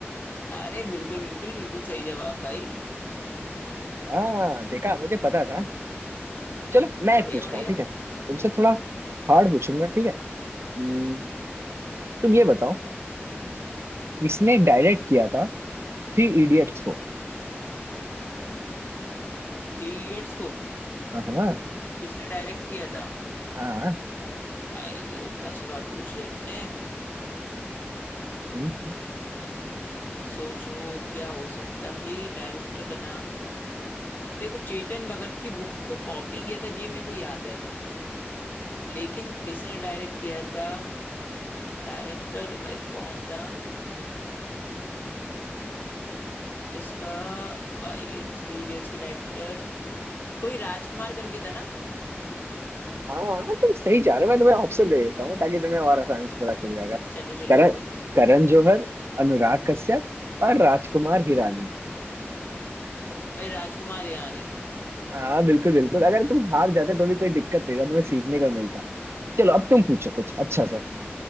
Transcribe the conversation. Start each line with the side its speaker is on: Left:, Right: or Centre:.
Left: अरे बिल्कुल बिल्कुल बिल्कुल सही जवाब भाई
Right: हाँ देखा मुझे पता था चलो मैं
Left: बढ़िया
Right: एक पूछता
Left: बढ़िया
Right: हूँ ठीक है तुमसे थोड़ा हार्ड पूछूंगा ठीक है हम्म, तुम ये बताओ किसने डायरेक्ट किया था थ्री इडियट्स को
Left: थ्री इडियट्स को
Right: हाँ हाँ
Left: किसने डायरेक्ट किया था
Right: हाँ
Left: भाई ये तो टफ सवाल पूछ लिया तुमने
Right: हम्म,
Left: सोचो क्या हो सकता है डायरेक्टर का नाम देखो चेतन भगत की बुक को कॉपी किया था जी मेरे को याद है लेकिन किसने डायरेक्ट किया था डायरेक्टर भाई कौन था इसका भाई थ्री इडियट्स का डायरेक्टर कोई राजकुमार करके था ना
Right: हाँ हाँ, तुम सही जा रहे हो मैं तुम्हें ऑप्शन दे देता हूँ ताकि तुम्हें और आसानी से पता चल जाएगा
Left: चलो चलो
Right: करण करण जौहर अनुराग कश्यप और राजकुमार हिरानी
Left: भाई राजकुमार ईरानी
Right: हाँ बिल्कुल बिल्कुल अगर तुम हार जाते तो भी कोई दिक्कत नहीं था तुम्हें सीखने का मिलता चलो अब तुम पूछो कुछ अच्छा सा